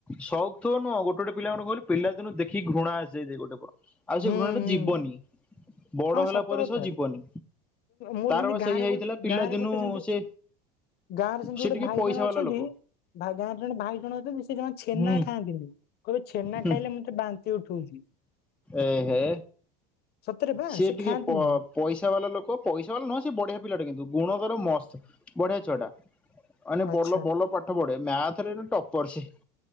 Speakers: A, in the centre; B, on the left (about 50°).
A: ସଉକ୍ ଥିବ ନୁହଁ ଗୋଟେ ଗୋଟେ ପିଲାମାନଙ୍କୁ କହିଲି ପିଲାଦିନୁ ଦେଖିକି ଘୃଣା ଆସିଯାଇ ଗୋଟେ ପ ଆଉ ସେ
B: ହୁଁ
A: ଘୃଣାଟା
B: ହୁଁ
A: ଯିବନି ବଡ
B: ହଁ
A: ହେଲା
B: ସତ
A: ପରେ
B: କଥା
A: ସହ ଯିବନି।
B: ମୋର
A: ତାର
B: ସେମତି
A: ବା
B: ଗାଁରେ
A: ସେଇ ହେଇଥିଲା ପିଲାଦିନୁ
B: ଗାଁ ରେ ଗୋଟେ ସେମତି
A: ସେ
B: ଗାଁ ରେ ସେମତି
A: ସେ
B: ଗୋଟେ
A: ଟିକେ
B: ଭାଇ
A: ପଇସା
B: ଜଣ
A: ବାଲା
B: ଅଛନ୍ତି
A: ଲୋକ।
B: ଗାଁ ରେ ଜଣେ ଭାଇ ଜଣ ଅଛନ୍ତି ସେ ଛେନା
A: ହୁଁ
B: ଖାଆନ୍ତିନି କହିବେ ଛେନା
A: ହୁଁ
B: ଖାଇଲେ ମତେ ବାନ୍ତି ଉଠଉଛି।
A: ଏ ହେ।
B: ସତରେ ବା
A: ସିଏ
B: ସେ
A: ଟିକେ
B: ଖାଆନ୍ତିନି।
A: ପ ପଇସା ବାଲା ଲୋକ ପଇସା ବାଲା ନୁହଁ ସେ ବଢିଆ ପିଲାଟେ କିନ୍ତୁ ଗୁଣକର ମସ୍ତ ବଢିଆ ଛୁଆଟା। ମାନେ
B: ଆଚ୍ଛା
A: ବଲ ଭଲ ପାଠ ପଢେ। ମ୍ୟାଥରେ ଟପର୍ ସେ